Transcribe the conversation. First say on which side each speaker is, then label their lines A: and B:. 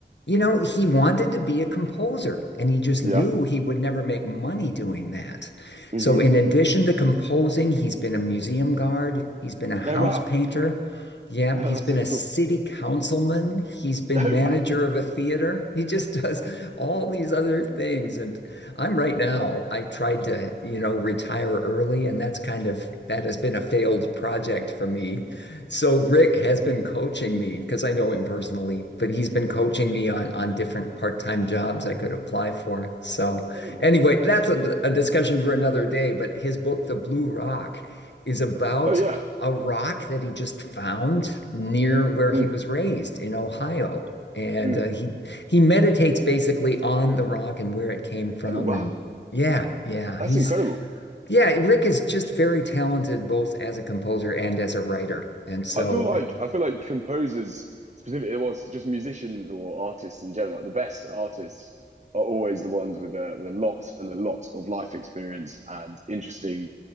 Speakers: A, on the left; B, on the right.
A: you know, he wanted to be a composer and he just
B: yeah.
A: knew he would never make money doing that.
B: hmm
A: So, in addition to composing, he's been a museum guard, he's been a house
B: Oh wow.
A: painter.
B: <laughs>
A: Yeah,
B: Oh,
A: he's
B: that's
A: been
B: so
A: a
B: cool.
A: city councilman, he's been
B: <laughs> Oh
A: manager
B: wow.
A: of a theater. <laughs> He just
B: <laughs>
A: does
B: That's
A: all these other things. And I'm right now, I tried to, you know, retire early, and that's kind of that has been a failed project for me. So Rick has been coaching me because I know him personally, but he's been coaching me on on different part-time jobs I could apply for. So
B: incredible.
A: anyway, that's
B: That's,
A: a, a discussion for another day, but his book, The Blue Rock, is about
B: oh yeah.
A: a rock that he just found near where he
B: Mm,
A: was raised in Ohio. And
B: mm.
A: uh, he he meditates basically on the rock and where it came from
B: Oh wow.
A: and yeah, yeah,
B: That's
A: he's
B: incredible.
A: yeah, Rick is just very talented both as a composer and as a writer. And so,
B: I feel like I feel like composers specifically, well, s- just musicians or artists in general, like the best artists are always the ones with a with a lot and a lot of life experience and interesting